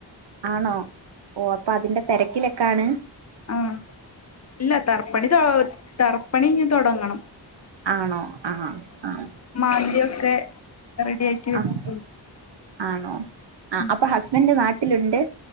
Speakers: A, on the right; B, on the left.
A: ആണോ ഓഹ് അപ്പൊ അതിന്റെ തിരക്കിലൊക്കെ ആണ്
B: ആ ഇല്ല തറപ്പണി തർപ്പണി ഇനി തൊടങ്ങണം
A: ആണോ ആഹ് ആഹ്
B: മാന്തിയൊക്കെ റെഡിയാക്കി വെച്ചിട്ടുള്ളൂ.
A: ആഹ് ആണോ ആഹ്
B: ഉം
A: അപ്പൊ ഹസ്ബൻ്റ് നാട്ടിലുണ്ട്